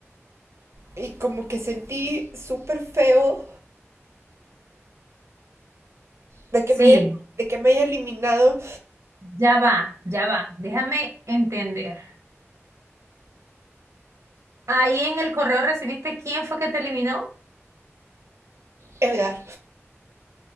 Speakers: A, on the right; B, on the right.
A: y como que sentí súper feo de que,
B: Sí,
A: me haya, de que me haya eliminado
B: ya va, ya va. Déjame entender. Ahí en el correo recibiste quién fue que te eliminó?
A: Edgar,